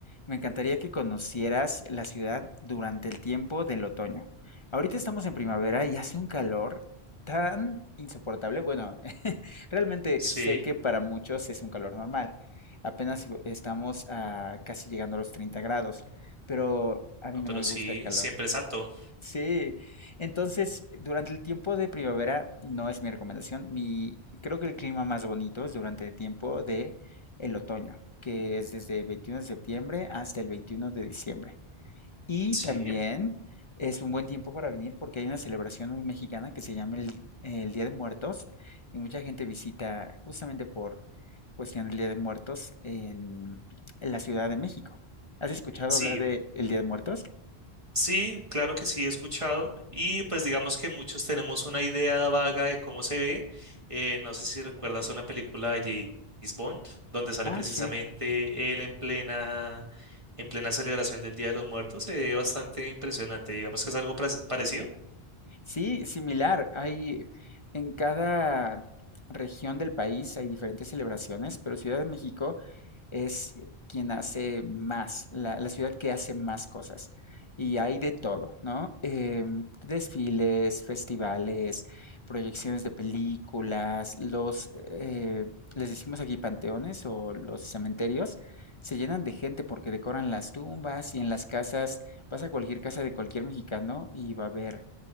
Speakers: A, on the left (about 35°); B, on the right (about 30°).
A: me encantaría que conocieras la ciudad durante el tiempo del otoño. Ahorita estamos en primavera y hace un calor tan insoportable. Bueno, <laughs> realmente
B: Sí,
A: sé que para muchos es un calor normal. Apenas si estamos a casi llegando a los 30 grados, pero a mí
B: no, pero
A: no me
B: sí,
A: gusta el calor.
B: siempre salto.
A: Sí, entonces durante el tiempo de primavera no es mi recomendación. Mi, creo que el clima más bonito es durante el tiempo de el otoño, que es desde 21 de septiembre hasta el 21 de diciembre. Y
B: Sí,
A: también es un buen tiempo para venir porque hay una celebración muy mexicana que se llama el, el Día de Muertos y mucha gente visita justamente por cuestión del Día de Muertos en en la Ciudad de México. ¿Has escuchado
B: sí.
A: hablar de el Día de Muertos?
B: Sí, claro que sí, he escuchado y pues digamos que muchos tenemos una idea vaga de cómo se ve. Eh, no sé si recuerdas una película de James Bond, donde sale
A: Ah,
B: precisamente
A: sí.
B: él en plena, en plena celebración del Día de los Muertos. Se ve bastante impresionante, digamos que es algo pare- parecido.
A: Sí, similar. Hay en cada región del país hay diferentes celebraciones, pero Ciudad de México es quien hace más, la, la ciudad que hace más cosas. Y hay de todo, ¿no? Em, desfiles, festivales, proyecciones de películas, los, eh, les decimos aquí panteones o los cementerios, se llenan de gente porque decoran las tumbas y en las casas, vas a cualquier casa de cualquier mexicano y va a haber